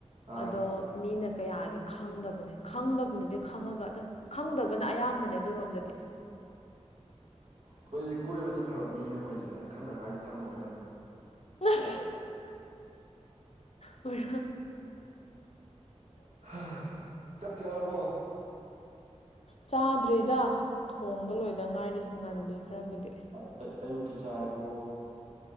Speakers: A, on the right; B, on the left.
A: ꯑꯥ
B: ꯑꯗꯣ ꯃꯤꯅ ꯀꯌꯥꯗꯤ__ ꯈꯪꯗꯕꯅꯦ ꯈꯪꯕꯕꯨꯅꯗꯤ ꯈꯪꯉꯒ ꯑꯗꯨꯝ ꯈꯪꯗꯕꯅ ꯑꯌꯥꯝꯕꯅꯦ ꯑꯗꯨꯔꯣꯝꯗꯗꯤ꯫
A: ꯈꯣꯏꯗꯤ ꯀꯣꯏꯕ ꯆꯠꯈ꯭ꯔꯕ ꯃꯤꯅꯦꯈꯣꯖꯦ ꯑꯩꯅ ꯈꯪꯗꯕ ꯍꯥꯏꯗꯤ ꯈꯪꯉꯣꯏꯗꯝ꯫
B: ꯑꯁ ꯑꯣꯏ__
A: ꯍꯥ ꯆꯥꯛ ꯆꯔꯕꯣ꯫
B: ꯆꯥꯗ꯭ꯔꯤꯗ ꯊꯣꯡꯕ ꯂꯣꯏꯗ ꯉꯥꯏꯔꯤ ꯉꯜꯂꯤ ꯈꯔꯕꯨꯗꯤ꯫
A: ꯑ ꯑ ꯑꯌꯨꯛꯀꯤ ꯆꯥꯔꯕꯣ꯫